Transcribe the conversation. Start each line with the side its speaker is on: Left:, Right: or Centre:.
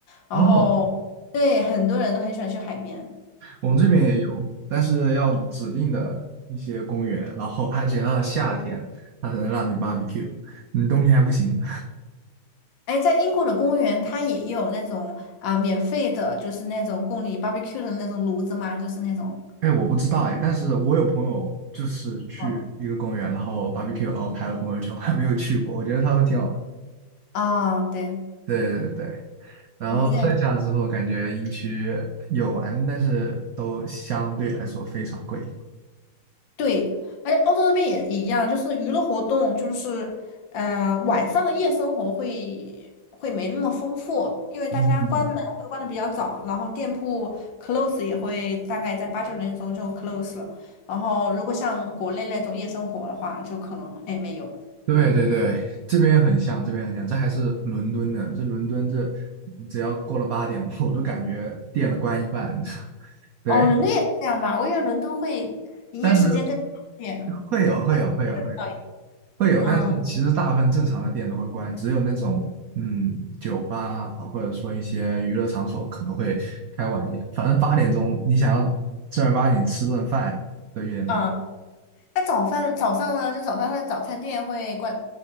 Left: 然后对，
Right: 哦，
Left: 很多人都很喜欢去海边。
Right: 我们这边也有，但是要指定的一些公园，然后而且到了夏天，它才能让你 barbecue，你冬天还不行。
Left: 哎，在英国的公园，它也有那种啊、免费的，就是那种供你 barbecue 的那种炉子嘛，就是那种。
Right: 哎，我不知道哎，但是我有朋友就是去一个公园，
Left: 嗯
Right: 然后 barbecue，然后拍了朋友圈，我还没有去过，我觉得他们挺好玩。
Left: 啊、对，
Right: 对对对，然后剩下之后感觉营区有玩，
Left: 我们之前
Right: 但是都相对来说非常贵。
Left: 对，而且欧洲那边也一样，就是娱乐活动，就是呃晚上的夜生活会会没那么丰富，因为大家关门会关的比较早，
Right: 嗯，
Left: 然后店铺 close 也会大概在八九点钟就 close 了，然后如果像国内那种夜生活的话，就可能哎没有。
Right: 对对对，这边很像，这边很像，这还是伦敦的。这伦敦这只要过了八点，<laughs> 我都感觉店了关一半。<laughs> 对，
Left: 哦，伦敦也这样嘛？我以为伦敦会营业时间更长一点。
Right: 但是会有会有会有。
Left: 晚上会更早一点
Right: 会有，
Left: 嗯
Right: 但是其实大部分正常的店都会关，只有那种嗯酒吧啊，或者说一些娱乐场所可能会开晚一点。反正八点钟你想要正儿八经吃顿饭都有点难。
Left: 嗯，那早饭早上呢？就早上它的早餐店会关，